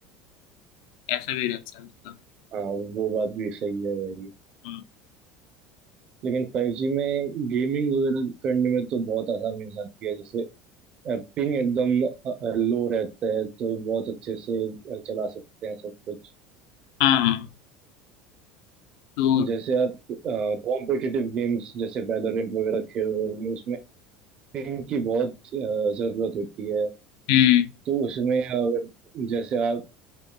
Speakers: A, on the left; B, on the right.
A: ऐसा भी रहता है उसका
B: हाँ वो बात भी सही है भाई
A: हम्म,
B: लेकिन फाइव जी में गेमिंग वगैरह करने में तो बहुत आसानी हो जाती है जैसे पिंग एकदम लो रहता है तो बहुत अच्छे से अ, चला सकते हैं सब कुछ
A: हाँ तो
B: जैसे आप कॉम्पिटिटिव गेम्स जैसे वैलोरेंट वगैरह खेल रहे होंगे उसमें पिंग की बहुत अ, जरूरत होती है
A: हम्म
B: तो उसमें अगर जैसे आप